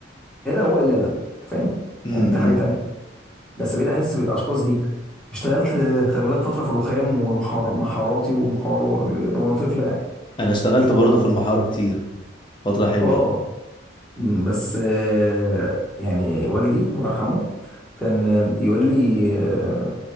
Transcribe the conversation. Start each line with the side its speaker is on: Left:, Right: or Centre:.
Centre: الا هو الا ادب أنت فاهم
Left: امم
Centre: يعني دي
Left: أمم.
Centre: حاجه تانية بس بقيت احس بالاشخاص دي اشتغلت آه، خلي بالك فتره في الرخام ومحار محاراتي ومحار وانا طفله يعني
Left: انا اشتغلت
Centre: اللي
Left: برضه
Centre: هو
Left: في المحاره كتير فترة حلوة
Centre: اه م، بس آه، يعني والدي الله يرحمه كان آه، يقول لي آه،